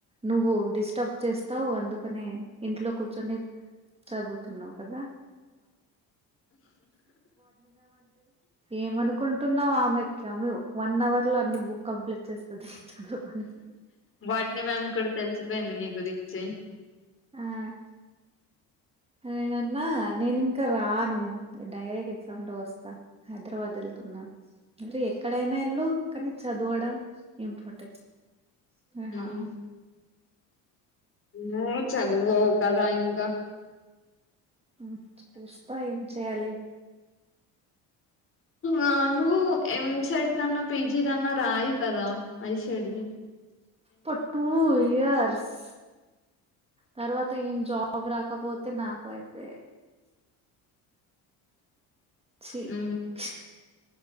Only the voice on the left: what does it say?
బొట్నీ మేడం కి కూడా తెల్సిపోయింది నీ గురించి.
మ్
నువ్వు చద్వావు కదా ఇంకా.
ఆహ్ నువ్ ఎంసెట్ దన్న పిజి దన్న రాయు. కదా ఐషెడ్ద్.
మ్